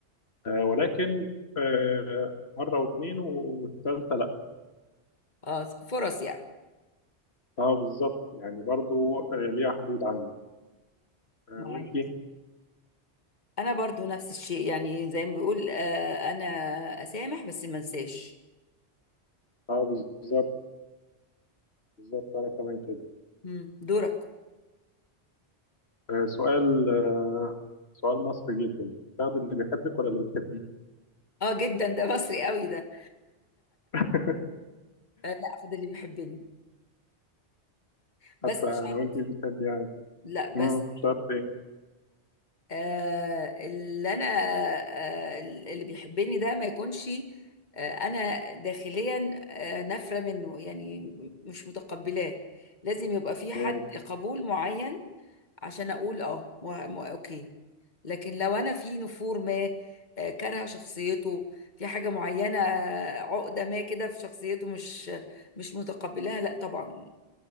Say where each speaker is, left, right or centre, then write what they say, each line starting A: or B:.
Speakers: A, on the left (about 70°); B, on the left (about 40°).
A: آه، ولكن آه، مرة واثنين والثالثة لا
B: اه فرص يعني
A: اه بالظبط يعني برضو آه، ليها حدود عندي آه،
B: معاك
A: وانتي
B: انا برضو نفس الشيء يعني زي ما بيقول آه، انا اسامح بس ما انساش
A: اه بالظبط بالظبط انا كمان كده
B: مم، دورك
A: آه، سؤال آه، سؤال مصري جدا تاخدي اللي بيحبك ولا اللي بتحبيه
B: اه جدا ده مصري قوي ده
A: <laughs>
B: آه، لا اخد اللي بيحبني بس
A: حتى
B: مش
A: لو
B: شرط
A: انت مش بتحبي يعني
B: لا
A: مم،
B: بس
A: شرط ايه
B: آه، اللي انا آه، اللي بيحبني ده ما يكونش آه، انا داخليا آه، نافره منه يعني م- مش متقبلاه لازم يبقى في حد
A: مم،
B: قبول معين عشان اقول اه مه- مه- اوكي لكن لو انا في نفور ما آه، كارهه شخصيته في حاجه معينه آه، عقده ما كده في شخصيته مش مش متقبلاها لا طبعا